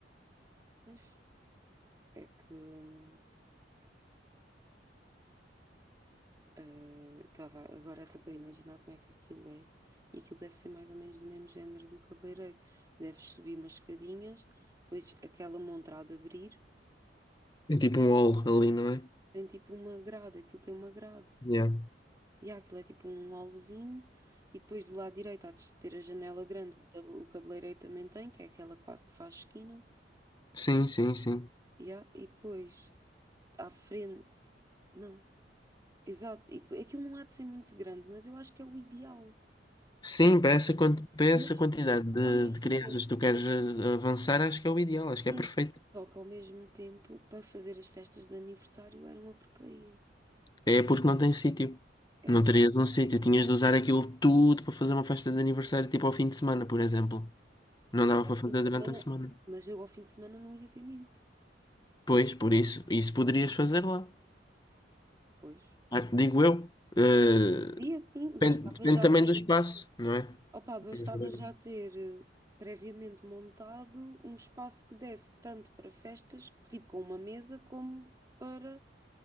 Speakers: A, on the right (about 20°); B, on the left (about 25°).
A: pois é que hum, eh, eu estava agora a tentar imaginar como é que aquilo é. E aquilo deve ser mais ou menos do mesmo género do cabeleireiro. Deves subir umas escadinhas, depois aquela montra há de abrir
B: é tipo um hall ali, não é?
A: Tem tipo uma grade, aquilo tem uma grade.
B: Yeah.
A: E há, aquilo é tipo um holozinho. E depois do lado direito há de ter a janela grande, que o tabu- o cabeleireiro também tem, que é aquela quase que faz esquina.
B: Sim, sim, sim.
A: E, há, e depois à frente. Não, exato. E depois, aquilo não há de ser muito grande, mas eu acho que é o ideal.
B: Sim, para essa, quan- para essa
A: Mas,
B: quantidade de,
A: mas ao mesmo
B: de crianças
A: tempo.
B: que tu queres eh, avançar, acho que é o ideal, acho que
A: sim,
B: é perfeito.
A: Só que ao mesmo tempo, para fazer as festas de aniversário era uma porcaria.
B: É porque não tem sítio.
A: Epá,
B: Não terias um sítio. Tinhas de usar aquilo tudo para fazer uma festa de aniversário, tipo ao fim de semana, por exemplo. Não
A: mas
B: dava
A: eu ao
B: para fazer
A: fim de
B: durante
A: semana,
B: a semana.
A: mas eu ao fim de semana não ia ter miúdos.
B: Pois, por isso, isso poderias fazer lá.
A: Pois.
B: Ah, Digo eu. Eh,
A: Seria sim,
B: depende,
A: bastava
B: depende
A: já
B: também
A: ter,
B: do espaço, não é?
A: opa, bastava
B: Não sabemos.
A: já ter eh, previamente montado um espaço que desse tanto para festas, tipo com uma mesa, como para